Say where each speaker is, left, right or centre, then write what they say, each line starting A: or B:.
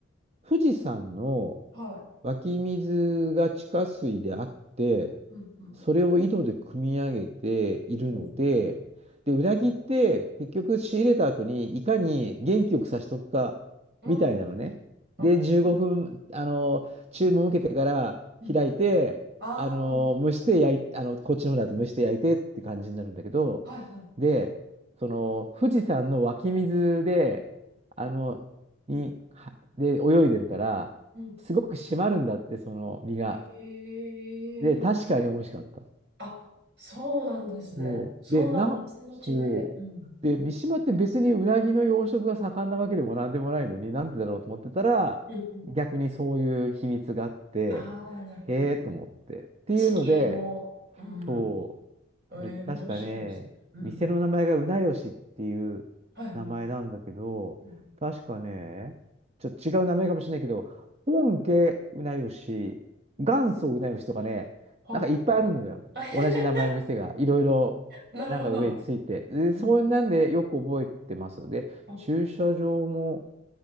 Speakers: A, on the right (about 35°); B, on the right (about 60°).
A: 富士山の
B: は
A: 湧き水が地下水であって、
B: い。うんうん。
A: それを井戸で汲み上げているので、
B: ほう。
A: で、うなぎって結局仕入れた後にいかに元気よくさしとくかみたいなのね。
B: うん。あ、
A: で、15分、
B: そう。
A: あの、注文受けてから開いて、
B: うん。ああ、
A: あの、蒸して焼い、あの、こっちの方だと蒸して焼いてって感じになるんだけど、
B: はいはい。
A: で、その、富士山の湧き水で、あの、に、はで、泳いでるから、
B: うん。
A: すごく締まるんだって、その身が。
B: へえ。
A: で、確かに美味しかった。
B: あ、そうなんですね。
A: そう。
B: そんな水の違いで。
A: で、な、そう。
B: うん。
A: で、三島って別にうなぎの養殖が盛んなわけでもなんでもないのに、なんでだろうと思ってたら、
B: うんうん。
A: 逆にそういう秘密があって、
B: ああ、なるほど。
A: へえと思って。っていうので、
B: 地形の。うん。
A: そ
B: ええ、
A: う。それで確かね、
B: 面白いですね。うん。
A: 店の名前がうなよしっていう名前なんだけど、
B: はいはい。うん。
A: 確かね、ちょっと違う名前かもしれないけど、本家うなよし、元祖うなよしとかね、
B: は
A: なんかいっぱいあるんだよ。
B: あ。<laughs>
A: 同じ名前の店が、いろいろ、
B: なるほど。
A: なんか上について。で、そんなんでよく覚えてます。
B: うん。
A: で、
B: あ、
A: 駐車場も、